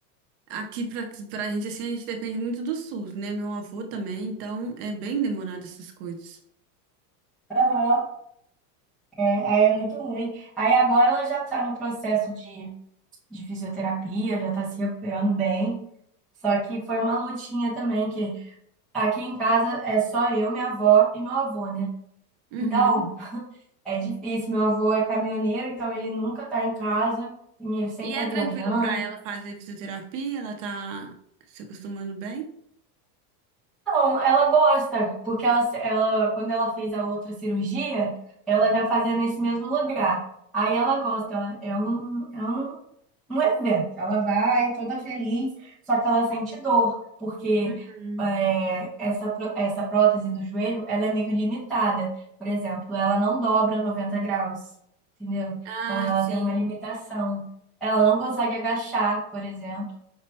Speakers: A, on the right; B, in the centre.
A: aqui pra, pra gente, assim, a gente depende muito do SUS, né? Meu avô também, então é bem demorado essas coisas.
B: Aham. É, aí é muito ruim. Aí agora ela já tá no processo de, de fisioterapia, já tá se recuperando bem. Só que foi uma lutinha também, que Aqui em casa é só eu, minha avó e meu avô, né?
A: Uhum.
B: Então, é difícil. Meu avô é caminhoneiro, então ele nunca tá em casa, e ele sempre
A: E
B: tá
A: é
B: viajando.
A: tranquilo pra ela fazer fisioterapia? Ela tá se acostumando bem?
B: Então, ela gosta, porque ela, ela, quando ela fez a outra cirurgia, ela já fazia nesse mesmo lugar. Aí ela gosta, ela, é um, é um um evento. Ela vai toda feliz, só que ela sente dor, porque
A: Uhum.
B: é, essa, pró- essa prótese do joelho, ela é meio limitada. Por exemplo, ela não dobra 90 graus, entendeu?
A: Ah,
B: Então, ela
A: sim.
B: tem uma limitação. Ela não consegue agachar, por exemplo,